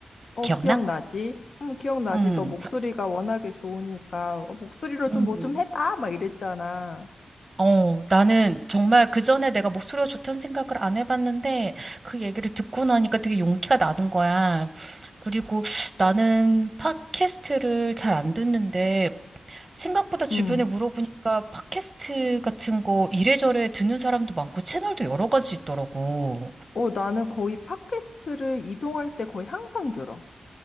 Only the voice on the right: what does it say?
기억나?
응.
음.
어, 나는 정말 그 전에 내가 목소리가 좋다는 생각을 안 해봤는데 그 얘기를 듣고 나니까 되게 용기가 나는 거야. 그리고 나는 팟캐스트를 잘 안 듣는데 생각보다 주변에
물어보니까 팟캐스트 같은 거 이래저래 듣는 사람도 많고 채널도 여러 가지 있더라고.